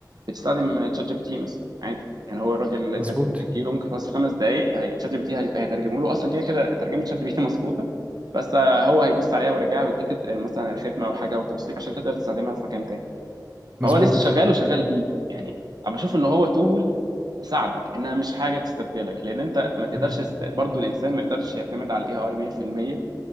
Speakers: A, on the right; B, on the right.
A: بتستخدم تشات جي بي تي مثلا عادي يعني هو الراجل
B: مظبوط
A: انت بتجيله ممكن خلاص في خمس دقائق هي- تشات جي بي تي هي- هيترجمه له اصلا كده كده ترجمه تشات جي بي تي <laughs> مظبوطه بس آه، هو هيبص عليها ويراجعها ويديك الت- مثلا الختمه او حاجه وتوثيق عشان تقدر تستخدمها في مكان تاني
B: مظبوط
A: فهو لسه شغال وشغال بيه يعني انا بشوف ان هو تول تساعدك انها مش حاجه تستبدلك لان انت ما تقدرش
B: مم.
A: است... برضو الانسان ما يقدرش يعتمد على الاي اي مية في المية